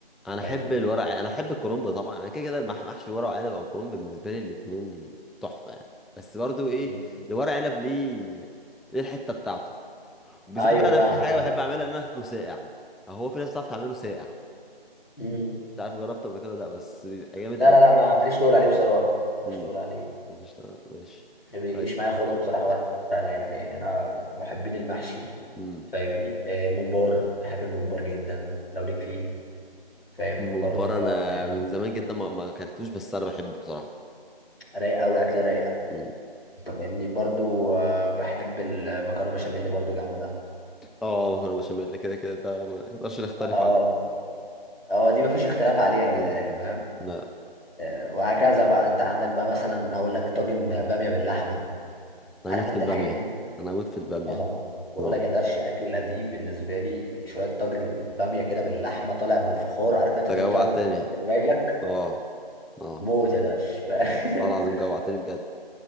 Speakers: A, in the centre; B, on the left.
A: انا
B: فاهم
A: احب الورق انا احب الكرنب طبعا انا كده كده المح- محشي ورق عنب او كرنب بالنسبه لي الاتنين تحفه يعني بس برضو ايه
B: مم.
A: الورق عنب ليه ليه الحته بتاعته وبالذات
B: ايوه
A: بقى
B: فاهمك
A: انا في حاجه
B: ايوه
A: بحب اعملها ان انا اكله ساقع هو في ناس بتعرف تعمله ساقع
B: مم.
A: مش عارف جربته قبل كده ولا لا بس بيبقى جامد
B: لا
A: قوي
B: لا لا ما ماليش تقول عليه بصراحه ماليش
A: امم
B: تقول عليه
A: مش ماشي
B: ما بيجيش
A: طيب
B: معايا خالص بصراحه ولا ورق العنب يعني انا محبين المحشي
A: امم
B: فاهمني آه، الممبار بحب الممبار جدا لو ليك فيه فاهمني
A: الممبار
B: برضو ب-
A: انا
B: بحب
A: من زمان جدا ما ما اكلتوش بس انا بحبه بصراحه
B: رايقه قوي اكله رايقه
A: امم
B: انت فاهمني برضو آه، بحب المكرونه بشاميل برضو جامده
A: اه مكرونه بشاميل كده كده ده ما نقدرش نختلف
B: اه
A: عليه
B: اه دي مفيش اختلاف عليها بتهيألي
A: امم
B: فاهم
A: لا
B: آه، وهكذا بقى انت عندك بقى مثلا هقول لك طاجن باميه باللحمه
A: انا
B: عارف
A: اموت
B: انت
A: في الباميه
B: الحاجات دي
A: انا اموت في الباميه
B: عظمه بقول
A: اه
B: لك يا درش اكله دي بالنسبه لي شويه طاجن باميه كده باللحمه طالع من الفخار عارف انت
A: انت
B: طاجن
A: جوعتني
B: طالع من الفخار كده جاي لك
A: اه اه
B: موت يا درش
A: والله
B: <laughs>
A: العظيم جوعتني بجد